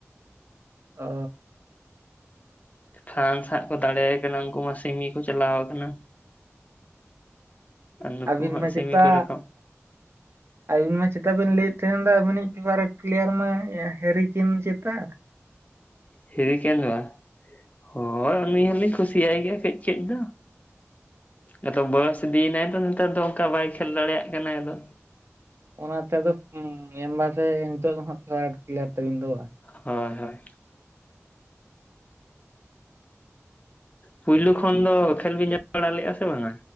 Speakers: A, on the right; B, on the left.
A: ᱚ᱾
B: ᱯᱷᱨᱟᱱᱥ ᱦᱟᱸᱜ ᱠᱚ ᱫᱟᱲᱮᱭ ᱠᱟᱱᱟ ᱩᱱᱠᱩ ᱢᱟ ᱥᱤᱢᱤ ᱠᱚ ᱪᱟᱞᱟᱣ ᱟᱠᱟᱱᱟ᱾ ᱟᱨ ᱱᱩᱠᱩ
A: ᱟᱹᱵᱤᱱ
B: ᱦᱟᱸᱜ
A: ᱢᱟ
B: ᱥᱮᱢᱤ
A: ᱪᱮᱛᱟ
B: ᱠᱚᱨᱮ ᱠᱚ
A: ᱟᱹᱵᱤᱱ ᱢᱟ ᱪᱮᱛᱟ ᱵᱤᱱ ᱞᱟᱹᱭᱮᱫ ᱛᱟᱦᱮᱱ ᱫᱚ ᱟᱹᱵᱤᱱᱤᱡ ᱯᱷᱤᱵᱟᱨᱮᱴ ᱯᱞᱮᱭᱟᱨ ᱢᱟ ᱦᱮᱨᱤᱠᱤᱱ ᱪᱮᱛᱟ?
B: ᱦᱮᱨᱤᱠᱮᱱ <unintelligible> ᱦᱳᱭ ᱩᱱᱤ ᱦᱚᱞᱤᱧ ᱠᱩᱥᱤᱭᱟᱭ ᱜᱮᱭᱟ ᱠᱟᱹᱡ ᱠᱟᱹᱡ ᱫᱚ᱾ ᱟᱫᱚ ᱵᱚᱭᱚᱥ ᱤᱫᱤᱭᱮᱱᱟᱭ ᱛᱚ ᱱᱮᱛᱟᱨ ᱫᱚ ᱚᱱᱠᱟ ᱵᱟᱭ ᱠᱷᱮᱞ ᱫᱟᱲᱮᱭᱟᱜ ᱠᱟᱱᱟᱭ ᱟᱫᱚ᱾
A: ᱚᱱᱟ ᱛᱮ ᱟᱫᱚ <unintelligible> ᱱᱤᱛᱚᱜ ᱫᱚ ᱦᱟᱸᱜ ᱯᱷᱮᱵᱟᱨᱮᱴ ᱯᱤᱞᱤᱭᱟᱨ ᱛᱟᱵᱤᱱ ᱫᱚ ᱵᱟᱝ?
B: ᱦᱳᱭ ᱦᱳᱭ᱾ ᱯᱩᱭᱞᱩ ᱠᱷᱚᱱ ᱫᱚ ᱠᱷᱮᱞ ᱵᱤᱱ ᱧᱮᱞ ᱵᱟᱲᱟ ᱞᱮᱫᱼᱟ ᱥᱮ ᱵᱟᱝ-ᱟ?